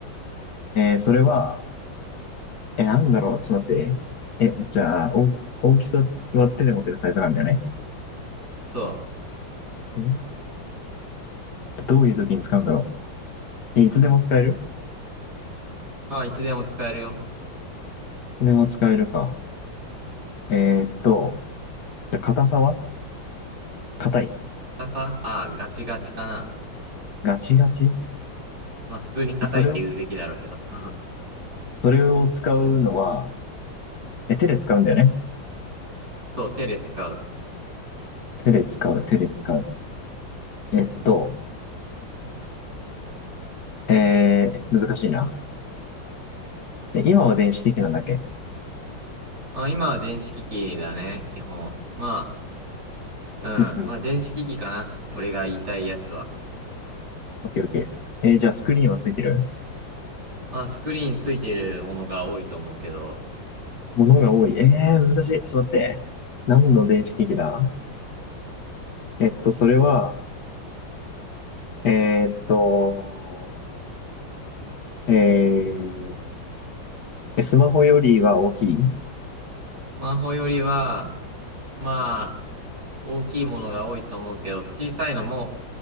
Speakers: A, on the left; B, on the right.
A: えー、それは、え、なんだろう。ちょっと待って。え、じゃあ、お、大きさは手で持てるサイズなんだよね。
B: そ
A: んどういう時に使うんだろう。え、いつでも使える
B: う。まあ、いつでも使えるよ。
A: いつでも使えるか。えーっと、じゃあ、硬さは硬い。
B: 硬さああ、ガチガチかな。
A: ガチガチ
B: まあ、普通に硬いって言うべきだろうけど。
A: え、それをつ、
B: <laughs>
A: それを使うのは、え、手で使うんだよね。
B: そう、手で使う。
A: 手で使う、手で使う。えっと、えー、難しいな。え今は電子的なんだっけ
B: まあ、今は電子機器だね、基本。まあ、
A: うんうん。
B: うん。まあ、電子機器かな。俺が言いたいやつは。
A: オッケーオッケー。えー、じゃあスクリーンはついてる
B: まあ、スクリーンついてるものが多いと思うけど、
A: ものが多い。えー、難しい。ちょっと待って。何の電子機器だえっと、それは、えーっと、えー、えスマホよりは大きい
B: スマホよりは、まあ、大きいものが多いと思うけど、小さいのも、